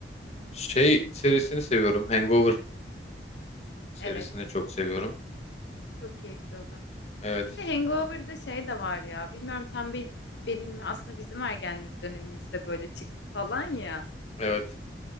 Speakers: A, on the left (about 35°); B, on the left (about 70°).
A: Şey serisini seviyorum. Hangover serisini
B: Evet.
A: çok seviyorum.
B: Çok keyifli o da.
A: Evet.
B: Bir de Hangover'da şey de var ya. Bilmiyorum tam bir benim aslında bizim ergenlik dönemimizde böyle çıktı falan ya.
A: Evet.